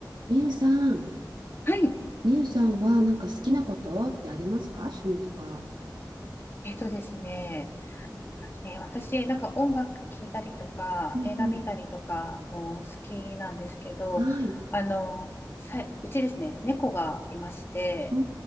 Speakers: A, on the right; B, on the left.
A: みゆさん、
B: はい。
A: みゆさんはなんか好きなことってありますか趣味とか。
B: えっとですね、えー私、なんか音楽聴いたりとか、
A: うん
B: 映画見たりとかも好きなんですけど、
A: うん。はい。
B: あの、さい、うちですね、猫がいまして、
A: お